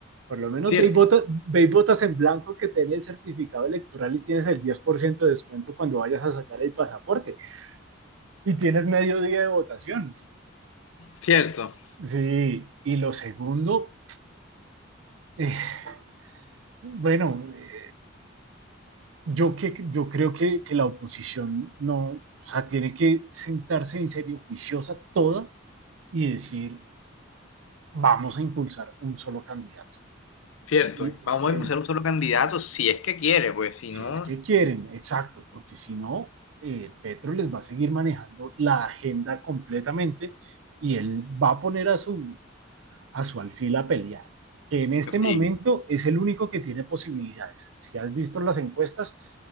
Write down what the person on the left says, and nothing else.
Cierto,
cierto,
cierto.
Vamos
a impulsar un solo candidato, si es que quiere, pues si
no,
sí.